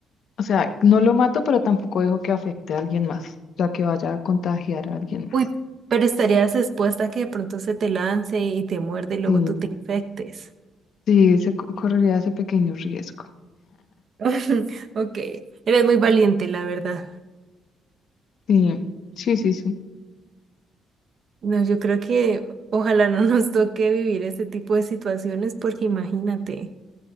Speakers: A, on the left; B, on the right.
A: O sea, no lo mato, pero tampoco dejo que afecte a alguien más, o sea, que vaya a contagiar a alguien más.
B: Uy, pero estarías expuesta a que de pronto se te lance y te muerde y luego
A: Sí,
B: tú te infectes.
A: sí, se co- correría ese pequeño riesgo.
B: <laughs> Ok, eres muy valiente, la verdad.
A: Sí, sí, sí, sí.
B: No, yo creo que ojalá no nos toque vivir ese tipo de situaciones porque imagínate,